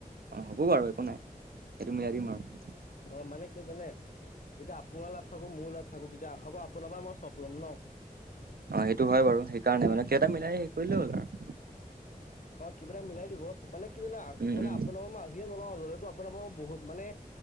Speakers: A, on the right (about 85°); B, on the left (about 60°).
A: অ হ'ব বাৰু একো নাই সেইটো মিলাই দিম আৰু।
B: অ মানে কিয় জানে এতিয়া আপোনাৰ লাভ থাকো মোৰো লাভ থাকো এতিয়া আকৌ আপোনাৰ পৰাৰ মই স্বপ ল'ম ন।
A: অ সেইটো হয় বাৰু সেইকাৰণে মানে কেই এটা মিলাই হেৰি কৰিলে হ'ল আৰু।
B: অ কিবা এটা মিলাই দিব মানে কি জানা
A: উম
B: মানে
A: উম
B: আপোন ম। যিয়ে নলাওঁ ললেতো আপোনাৰ ম বহুত মানে